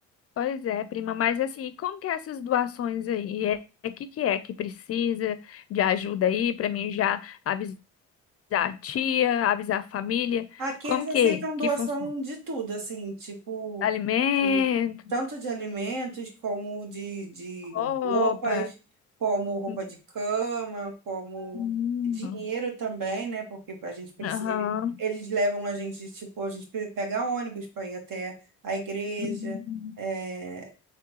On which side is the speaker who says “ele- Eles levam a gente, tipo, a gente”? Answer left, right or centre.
Right